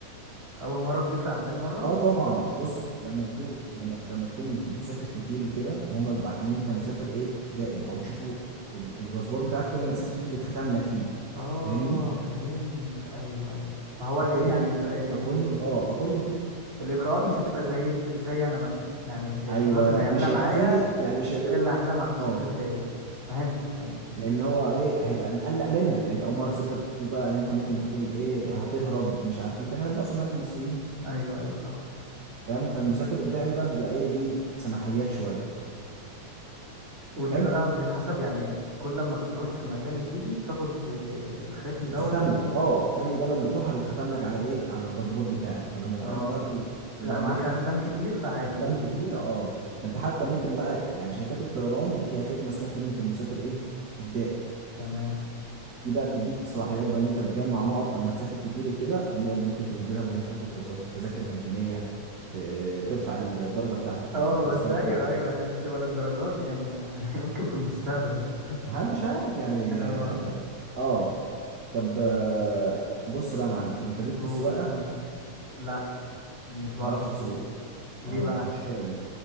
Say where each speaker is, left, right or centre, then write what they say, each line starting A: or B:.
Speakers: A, on the right; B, on the right.
A: اول مرة بتفرق عن تاني مرة
B: اه طبعا بص لما تكون لما, لما تكون بتسافر كتير وكده هم بيبقوا عارفين ان انت مسافر ايه دائم او بيشوفوا ال- الباسبور بتاعك كل ما تسافر فيه بيتختم لك فيه
A: اه
B: فاهمني
A: فهمت ايوه ايوه فهو
B: فكل
A: يعني ال ال
B: فكل
A: ال
B: اه فكل خط
A: الاجراءات مش هتبقى زي الت- زي انا مثلا يعني مش الاجراءات
B: ايوه
A: اللي هيعملها
B: مش
A: معايا
B: هيبقى فيه يعني مش
A: مش
B: هيبقوا
A: زي اللي هعملها مع المسافر
B: اه
A: الدايم فهمتك فهمتك
B: لان هو ايه هيبقى مقلق منك لان انت اول مره تسافر في بقى ان انت ممكن تكون ايه هتهرب مش عارف إيه. انت فاهم بقى سمعه المصريين
A: ايوه ايوه صح
B: فاهم فالمسافر الدائم بقى بيبقى ايه ليه سماحيات شويه
A: ودي
B: حلو
A: بقى بتتحسب يعني كل لما بتروح في مكان وتيجي بتاخد آه، الختم
B: تتختم
A: دوت اللي
B: لك
A: ده
B: اه اي بلد بتروحها بيتختم لك على ايه على الباسبور بتاعك فلما يبقى
A: اه
B: معاك بقى
A: لا
B: الباسبور
A: معاك
B: فيه
A: اختام كتير فعادي
B: اختام كتيره اه ده انت حتى ممكن بقى يعني شركات الطيران فيها خدمه اسمها خدمه المسافر ايه الدائم
A: تمام
B: دي بقى بتديك صلاحيات بقى ان انت بتجمع نقط لما تسافر كتير وكده والنقط دي ممكن تبدلها بانك تاخد تسا- تذاكر مجانيه ت- ترفع الدرجه بتاعه
A: اه
B: التذكره
A: بس ايوه
B: بتاعتك
A: ايوه هي مش تبقى للدرجات دي يعني انا <laughs> ممكن في المستقبل بقى
B: محدش عارف يعني
A: اه
B: اه آه. طب آه، بص بقى يا معلم انت ليك
A: اوه
B: في السواقه
A: يا معلم
B: ما
A: لا مش بعرف
B: تعرفش
A: اسوق
B: تسوق
A: ليه
B: اه
A: بقى
B: المشكله دي